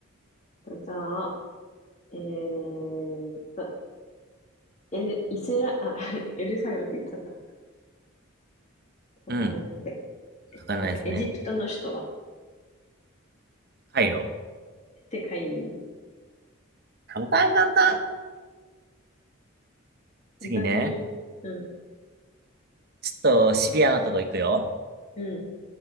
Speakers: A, on the left; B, on the right.
A: じゃあ、えーっと、エル、イスラ、あ、<laughs> エルサレムって言っちゃった。他のやつで。
B: う。うん。
A: えっと、
B: わかんないですね。
A: じゃあ、エジプトの首都は
B: カイロ。
A: 世界に。
B: 簡単簡単。
A: 本当は次うん、
B: 次ね。ちょっとシビアなとこ行くよ。
A: うん。